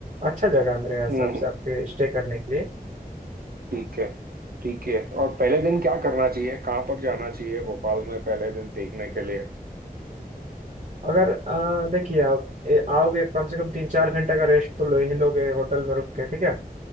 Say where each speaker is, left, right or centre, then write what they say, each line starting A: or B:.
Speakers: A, on the right (about 55°); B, on the right (about 75°).
A: अच्छा जगह है मेरे हिसाब
B: हम्म हम्म,
A: से आपके स्टे करने के लिए
B: ठीक है ठीक है और पहले दिन क्या करना चाहिए कहाँ पर जाना चाहिए भोपाल में पहले दिन देखने के लिए
A: अगर अ, देखिए आप ए, आओगे कम से कम तीन चार घंटे का रेस्ट तो लो ही लोगे होटल में रुक के ठीक है